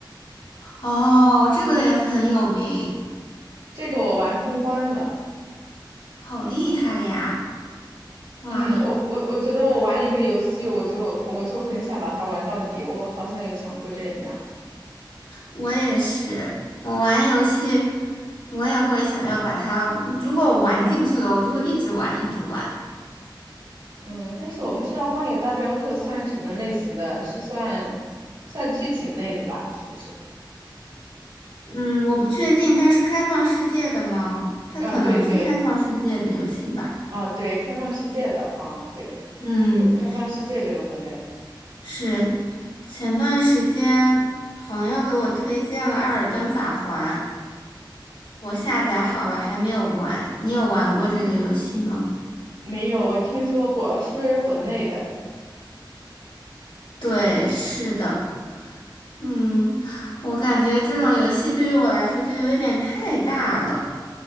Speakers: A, on the left (about 80°); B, on the right (about 75°).
A: 哦，这个也很有名，
B: 这个我玩通关了。
A: 好厉害呀！哇，
B: 嗯，我我我觉得我玩一个游戏，我就我就很想把它玩到底，我好像有强迫症一样。
A: 我也是，我玩游戏，我也会想要把它，嗯如果我玩进去了，我就会一直玩，一直玩。
B: 嗯，但是我不知道《荒野大镖客》算什么类型的，是算算剧情类的吧？是不是？
A: 嗯，我不确定它是开放世界的吗？它可能是开放世界的游戏吧。
B: 啊，对对。啊，对，开放世界的啊，对，
A: 嗯，
B: 有开放世界这个分类，
A: 是，前段时间朋友给我推荐了《艾尔登法环》，我下载好了，还没有玩。你有玩过这个游戏吗？
B: 没有，我听说过，是不是魂类的？
A: 对，是的，嗯，我感觉这种游戏对于我来说就有一点太大了，